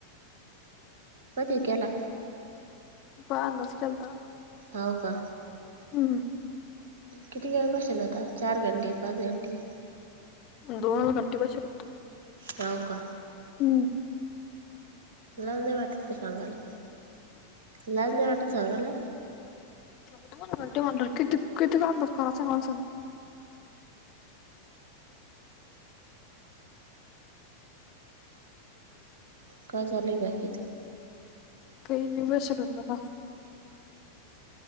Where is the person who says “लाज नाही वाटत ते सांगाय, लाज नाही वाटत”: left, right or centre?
Right